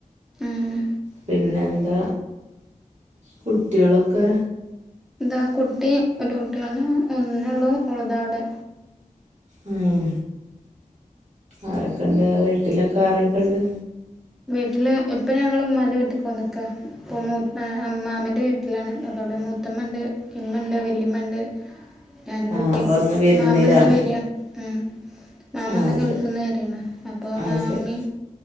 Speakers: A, in the centre; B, on the right.
A: ഏഹ്
B: പിന്നെ എന്താ കുട്ട്യാളൊക്കെ
A: ഇതാ കുട്ടി ഒരു കുട്ട്യുള്ളു ഒന്നോള്ളൂ ഓൾതാ അവിടെ
B: ഉം ആരൊക്കെണ്ട് വീട്ടിലൊക്കെ ആരൊക്കെണ്ട്
A: വീട്ടില് ഇപ്പോ ഞങ്ങൾ ഉമ്മാന്റെ വീട്ടിക്ക് പോന്ന്ക ഇപ്പൊ മു ഏ മ്മാമന്റെ വീട്ടിലാണ് അപ്പൊ അവിടെ മൂ മുത്തമ്മണ്ട് ഇമ്മണ്ട് വല്ലിമ്മണ്ട് ഞാനും
B: ആ
A: കുട്ടി
B: അപ്പം ഒന്ന് വിരുന്നിലാണ്
A: മാമഇന്ന് വരിയാ ഉം മാമ
B: ആ
A: ഇന്ന് ഗൾഫിൽ
B: ശരി
A: നിന്ന് വരാണ് അപ്പോൾ
B: ആ
A: മാമ്മീം
B: ശരി